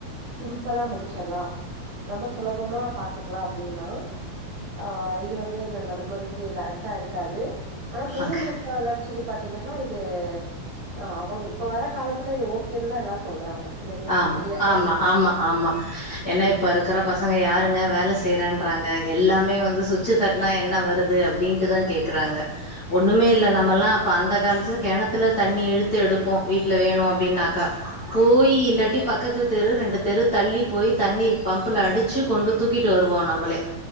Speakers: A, on the right; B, on the left.
A: சிம்பிளா முடிச்சிலா ரொம்ப சுலபமா பாத்துக்கலா அப் அப்டினா ஆ இது வந்து இந்த நடமுறைக்கு கரெக்டா இருக்காது ஆனா தொழில்நுட்ப
B: அக்
A: வளர்ச்சிக்கு பாத்தீங்கன்னா இது ஆ அவங் இப்ப வர காலத்துல இது ஓகேன்னுதா எல்லா சொல்றாங்க இல்லைங்களா
B: ஆம்
A: சரியாதா
B: ஆமா
A: இருக்கு
B: ஆமா ஆமா ஏனா இப்ப இருக்குற பசங்க யாருமே வேலை செய்றன்றாங்க எல்லாமே வந்து சுத் வச்சு தட்னா என்ன வருது அப்டின்ட்டுதா கேட்குறாங்க ஒண்ணுமே இல்ல நம்ம எல்லா அப்ப அந்த காலத்துல கிணத்துல தண்ணி இழுத்து எடுப்போ வீட்ல வேணு அப்டினாக்கா போயி இல்லாட்டி பக்கத்து தெரு ரெண்டு தெரு தள்ளி போய் தண்ணி பம்புல்ல அடிச்சு கொண்டு தூக்கிட்டு வருவோ நம்பளே